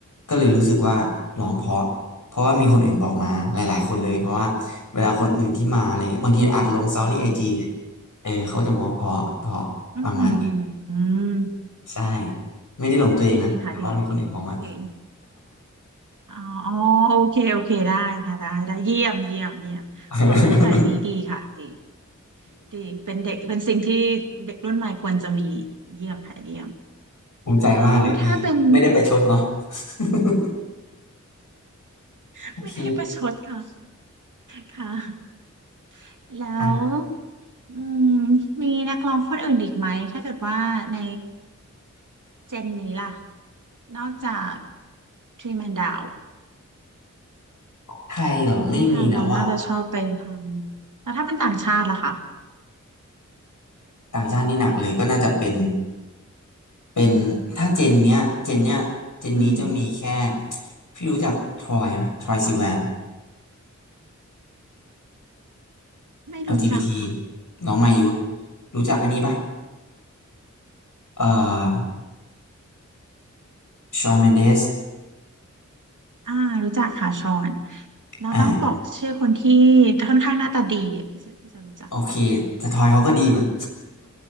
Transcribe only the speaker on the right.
อ๋อ
อือหืออืม
ดีค่ะดีดีอ๋ออ๋อโอเคโอเค ได้ค่ะได้ได้เยี่ยมเยี่ยมเยี่ยม
ความมั่นใจนี้ดีค่ะดีดีเป็นเด็กเป็นสิ่งที่เด็กรุ่นใหม่ควรจะมีเยี่ยมค่ะเยี่ยม
แล้วถ้าเป็น
<laughs>
ไม่ได้ประชดค่ะค่ะแล้ว
อืมมีนักร้องคนอื่นอีกไหมถ้าเกิดว่าในเจนนี้ล่ะนอกจากทรีแมนดาว
ดูท่าทางน้องน่าจะชอบไปทางแล้วถ้าเป็นต่างชาติล่ะคะ
อืม
ไม่รู้จักค่ะ
อ่ารู้จักค่ะชอนเราต้องบอกชื่อคนที่
ค่อนข้างหน้าตาดีอะพี่จะพี่จะรู้จัก